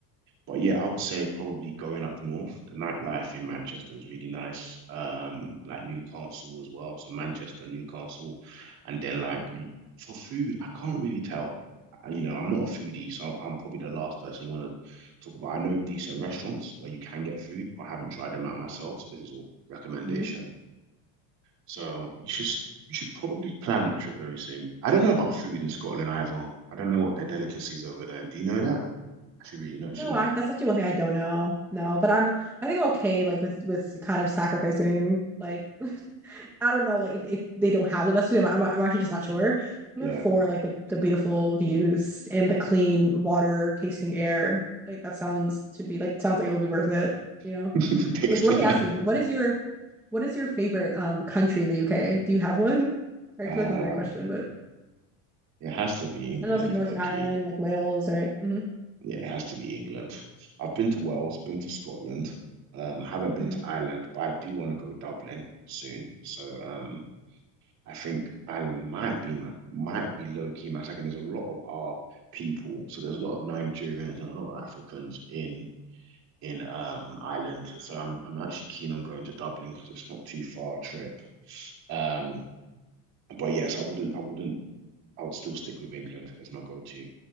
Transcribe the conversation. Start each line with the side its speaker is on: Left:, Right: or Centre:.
Right: but yeah, I would say probably going up north. The nightlife in Manchester is really nice. Um, like Newcastle as well. So Manchester, Newcastle, and then like for food, I can't really tell. You know, I'm not a foodie, so I'm probably the last person you want to talk about. I know decent restaurants where you can get food, but I haven't tried them out myself. So this is all recommendation.
Centre: hmm
Right: So you should you should probably plan that trip very soon. I don't know about food in Scotland either. I don't know what their delicacies over there. Do you know that? I should really know, shouldn't
Centre: No, I,
Right: I?
Centre: that's actually one thing I don't know. No, but I'm I think I'm okay like with with kind of sacrificing like <laughs> I don't know like if, if they don't have the best food I'm, I'm I'm actually just not sure. Number
Right: Yeah,
Centre: four, like the the beautiful views and the clean water, tasting air. Like that sounds to be like sounds like it would be worth it, you know.
Right: <laughs> tasting
Centre: Like let me
Right: it.
Centre: ask you, what is your what is your favorite um country in the UK? Do you have one? I expect
Right: Um,
Centre: that's a weird question, but
Right: it has to be England,
Centre: I know it's like Northern
Right: low key.
Centre: Ireland, like Wales, right? Mm-hmm,
Right: Yeah, it has to be England. I've been to Wales. I've been to Scotland. Um, I haven't been
Centre: mm-hmm,
Right: to Ireland, but I do want to go Dublin soon. So um, I think Ireland might be my might be low key my second. There's a lot of our people, so there's a lot of Nigerians and a lot of Africans in in um Ireland. So I'm I'm actually keen on going to Dublin because it's not too far a trip. Um, but yes, I wouldn't I wouldn't I would still stick with England as my go-to.